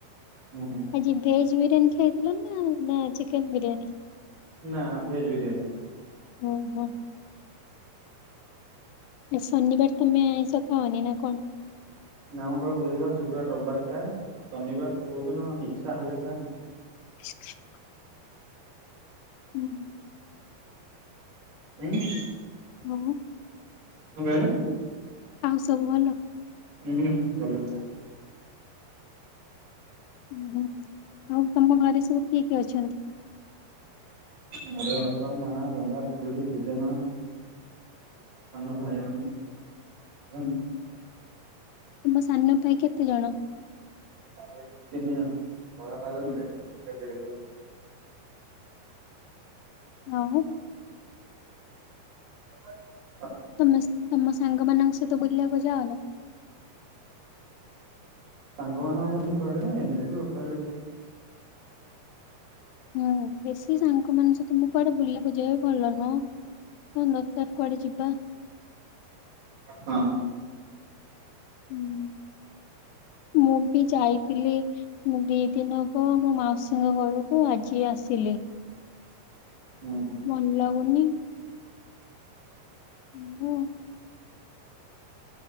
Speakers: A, on the right; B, on the left.
A: ହୁଁ।
B: ଆଜି <unintelligible> ବିରିୟାନୀ ଖାଇଥିଲ ନା ନା ଚିକେନ ବିରିୟାନୀ?
A: ନା ଭେଜ୍ ବିରିୟାନି
B: ଓ ହୋ। ଏ ଶନିିବାର ତମେ ଆଇଁସ ଖାଅନି ନା କଣ?
A: ନା ମଙ୍ଗଳ ବୁଧବାର ଶୁକ୍ରବାର ରବିବାର ଖାଏ ଶନିବାର କୋଉ ଦିନ ଇଚ୍ଛା ହେଲେ ଖାଏ ନ
B: <unintelligible> ହୁଁ।
A: ହୁଁ?
B: ହଁ।
A: କଣ କହିଲେ?
B: ଆଉ ସବୁ ଭଲ?
A: ହୁଁ ଭଲ।
B: ହୁଁ ହୁଁ ଆଉ ତମ ଘରେ ସବୁ କିଏ କିଏ ଅଛନ୍ତି?
A: ମୋର ବାପା ମା ଦାଦା ଖୁଡି ଜେଜେମା। ସାନ ଭାଇ ମାନେ
B: ହୁଁ, ତମ ସାନ ଭାଇ କେତେ ଜଣ?
A: ତିନି ଜଣ। କଳା ପାଲ
B: ହୁଁ,
A: ଦୁଇଟା ଦେଢ କିଲୋ।
B: ଓ ହୋ।
A: <unintelligible>
B: ତମେସ୍, ତମ ସାଙ୍ଗମାନଙ୍କ ସହିତ ବୁଲିଆକୁ ଯାଅ ନା?
A: ସାଙ୍ଗ ମାନଙ୍କ ସହ ଖାଲି କୁଆଡେ ନୁହେ, ଏମିତି ଲୋକାଲ
B: ହଉ, ବେଶି ସାଙ୍ଗ ମାନଙ୍କ ସହିତ, ମୁଁ କୁଆଡେ ବୁଲିଆକୁୁ ଯାଏ, ଭଲ ନୁହ। କଣ ଦରକାର କୁଆଡେ ଯିବା।
A: ହଁ।
B: ହୁଁ। ମୁଁ ବି ଯାଇଥିଲି। ମୁବି ଦି ଦିନ ହବ ମୋ ମାଉସୀଙ୍କ ଘରକୁ, ଆଜି ଆସିଲି।
A: ହୁଁ ହୁଁ
B: ଭଲ ଲାଗୁନି। ଉଁ ହ।